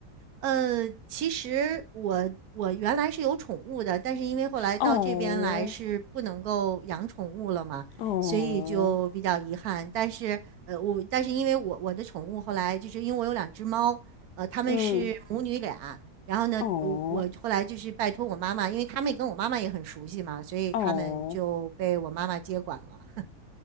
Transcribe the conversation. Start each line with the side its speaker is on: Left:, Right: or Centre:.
Right: 呃，其实我我原来是有宠物的，但是因为后来到这边来是不能够养宠物了嘛，
Left: 哦哦，
Right: 所以就比较遗憾。但是呃，我但是因为我我的宠物后来就是因为我有两只猫，呃，它们是母女俩。
Left: 嗯
Right: 然后呢，
Left: 哦
Right: 我我后来就是拜托我妈妈，因为他们跟我妈妈也很熟悉嘛，所以他们就被我妈妈接管了。
Left: 哦。